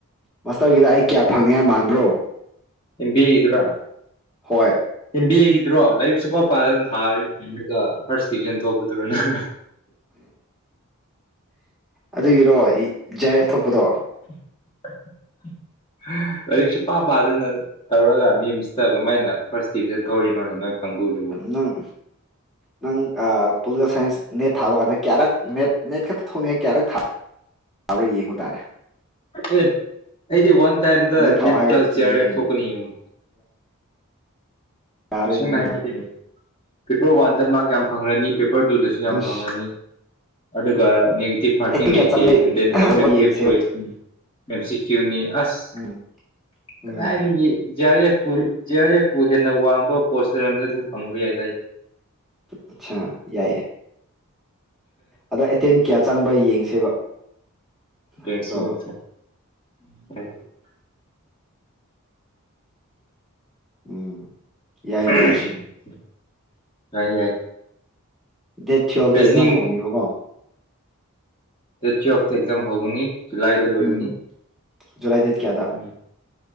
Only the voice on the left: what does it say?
ꯑꯦꯟ ꯗꯤ ꯑꯦ ꯒꯤꯗꯨꯔꫭ
ꯑꯦꯟ ꯗꯤ ꯑꯦ ꯗꯨꯔꫭ ꯂꯥꯏꯔꯤꯛ ꯁꯨꯄꯥ ꯄꯥꯗꯅ ꯊꯥꯔ ꯐꯥꯔꯁ ꯗꯤꯕꯤꯖꯟ ꯊꯣꯛꯄꯗꯨꯔꯣ ꯅꯪ <inaudible>
<inaudible> ꯂꯥꯏꯔꯤꯛ ꯁꯨꯞ ꯄꯥ ꯄꯥꯗꯅ ꯇꯧꯔꯒ ꯃꯤꯝꯁꯇ ꯀꯃꯥꯏꯅ ꯐꯥꯔꯁ ꯗꯤꯕꯤꯖꯟ ꯊꯣꯛꯔꯤꯅꯣꯅꯦ ꯅꯣꯏ ꯀꯥꯡꯕꯨꯗꯨꯕꯨ
ꯑꯦ ꯑꯩꯗꯤ ꯋꯥꯟ ꯇꯥꯏꯝꯗ
ꯅꯦꯠ
ꯄ꯭ꯂꯁ
ꯖꯤ ꯑꯥꯔ ꯑꯦꯐ
ꯊꯣꯛꯀꯅꯤ ꯌꯦꯡꯉꯨ
ꯁꯤꯅꯥꯗꯤ
<unintelligible> ꯄꯤꯄꯔ ꯋꯥꯟꯗ ꯃꯥꯔꯛ ꯌꯥꯝ ꯐꯪꯉꯅꯤ ꯄꯦꯄꯔ ꯇꯨꯗꯁꯨ ꯌꯥꯝ
ꯐꯪꯉꯅꯤ ꯑꯗꯨꯒ ꯅꯦꯒꯦꯇꯤꯞ ꯃꯥꯔꯀꯤꯡ
ꯂꯩꯇꯦ
ꯑꯦꯟ ꯗꯦꯟ
ꯑꯣꯞꯖꯦꯛꯇꯤꯞ
ꯆꯣꯏꯁꯅꯤ ꯑꯦꯝ ꯁꯤ ꯀ꯭ꯌꯨꯅꯤ ꯑꯁ
ꯀꯗꯥꯏꯗꯒꯤ
ꯖꯤ ꯑꯥꯔ ꯑꯦꯐ ꯄꯨ ꯖꯤ ꯑꯥꯔ ꯑꯦꯐ ꯄꯨ ꯍꯦꯟꯅ ꯋꯥꯡ ꯄꯣꯠꯁ ꯂꯩꯔꯝꯗ ꯑꯗꯨ ꯐꯪꯕ ꯌꯥꯏꯏꯗꯤ
ꯌꯦꯡꯁꯦ
ꯌꯦꯡꯁꯦ <inaudible>
<unintelligible>
ꯌꯥꯏ ꯌꯥꯏ
ꯔꯤꯖꯅꯤꯡ
ꯗꯦꯠ ꯇꯨꯋꯦꯜꯄꯇ ꯑꯦꯛꯖꯥꯝ ꯍꯧꯒꯅꯤ ꯖꯨꯂꯥꯏꯗ ꯂꯣꯏꯒꯅꯤ
ꯎꯝ